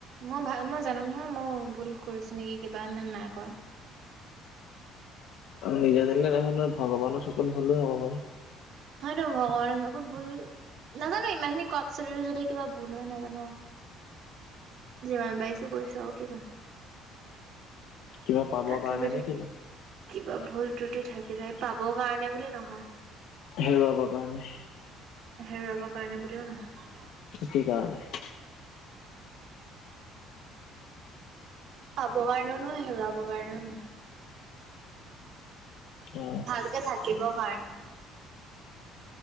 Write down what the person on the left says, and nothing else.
নিজে জিলে দেখ ভগৱানৰ চকোন ভালে হ'ব পাৰে।
কিবা পাবৰ
কাৰণে
নে কিনো?
হেৰুৱাব ৰ কাৰণে
কি কাৰণে
অ',